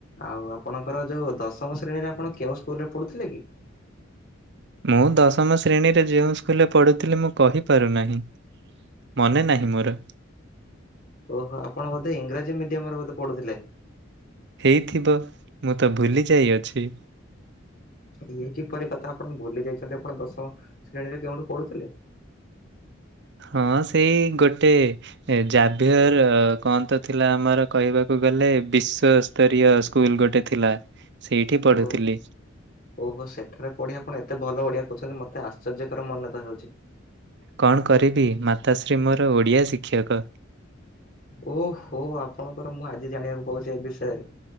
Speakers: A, on the left (about 45°); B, on the right (about 60°).
A: ଆଉ ଆପଣଙ୍କର ଯୋଉ ଦଶମ ଶ୍ରେଣୀ ସାର୍ ଆପଣ କେଉ ସ୍କୁଲରେ ପଢୁଥିଲେ କି?
B: ମୁଁ ଦଶମ ଶ୍ରେଣୀରେ ଯେଉଁ ସ୍କୁଲରେ ପଢ଼ୁଥିଲି ମୁଁ କହିପାରୁନାହିଁ ମନେ ନାହିଁ ମୋର।
A: ଓହୋ ଆପଣ ବୋଧେ ଇଂରାଜୀ ମିଡିୟମରେ ବୋଧେ ପଢୁଥିଲେ?
B: ହେଇଥିବ ମୁଁ ତ ଭୁଲି ଯାଇଅଛି।
A: ଇଏ କିପରି କଥା ଆପଣ ଭୁଲି ଯାଇଛନ୍ତି, ଆପଣ ଦଶମ ଶ୍ରେଣୀରେ କେଉଠୁ ପଢୁଥିଲେ?
B: ହଁ ସେଇ ଗୋଟେ ଜାଭିୟର କଣ ତ ଥିଲା ଆମର କହିବାକୁ ଗ ଲେ ବିଶ୍ଵସ୍ତରୀୟ ସ୍କୁଲ ଗୋଟେ ଥିଲା। ସେଇଠି ପଢୁଥିଲି।
A: ଓହ ଓହୋ ସେଠାରେ ପଢ଼ି ଆପଣ ଏତେ ଭଲ ଓଡ଼ିଆ କହୁଛନ୍ତି ମତେ ଆଶ୍ଚର୍ଯ୍ୟକର ମନତା ହେଉଛି।
B: କଣ କରିବି ମାତାଶ୍ରୀ ମୋର ଓଡିଆ ଶିକ୍ଷକ।
A: ଓହୋ ଆପଣଙ୍କର ମୁଁ ଆଜି ଜାଣିବାକୁ ପାଉଛି ଏ ବିଷୟରେ।